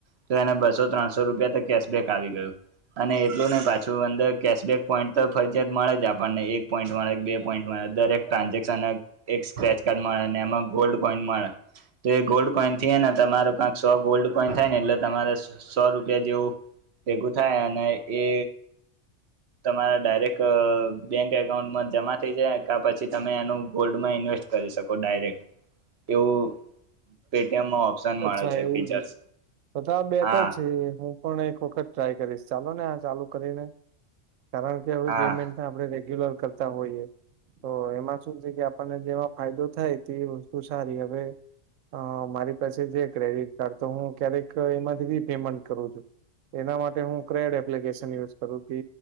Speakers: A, on the right; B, on the right.
A: તો એને બસો ત્રણસો રૂપિયા કેશબક આવી ગયું અને એટલું નહ પાછું અંદર કેશબેક પોઈન્ટ તો ફરજીયાત મળે જ આપણને એક પોઈન્ટ મળે બે પોઈન્ટ મળે દરેક ટ્રાન્ઝેક્શન એક સ્ક્રેચ કાર્ડ મળ્યા અને એમાં ગોલ્ડ કોઈન મળ્યા તો એ ગોલ્ડ કોઈન થયે ને તમારું કંક સો ગોલ્ડ કોઈન થાય ને એટલે તમારે. સો રૂપિયા જેવું ભેગું થાય એ તમારા ડાયરેક્ટ બેંક એકાઉન્ટમાં જમા થઈ જાય. પછી તમે એનું ગોલ્ડમાં ઇન્વેસ્ટ કરી શકો ડાયરેક્ટ એવું પેટીએમમાં ઓપ્શન
B: અચ્છા
A: મળે
B: એવું
A: ફીચર્સ
B: છે બધા બેટર
A: હા
B: છે હ પણ એક વખત ટ્રાય કરીશ ચાલો ને આ ચાલુ કરીને કારણ કે હવે
A: હા
B: પેમેન્ટ આપડણે રેગ્યુલર કરતા હોઈયએ તો એમાં શું છે કે આપણને જેમાં ફાયદો થાય તે વસ્તુ સારી હવે અ મારી પાસે છે ક્રેડિટ કાર્ડ તો હું ક્યારેક એમાંથી રી પેમેન્ટ કરું છું. એના માટે હું ક્રેડ એપ્લિકેશન યુઝ કરું કે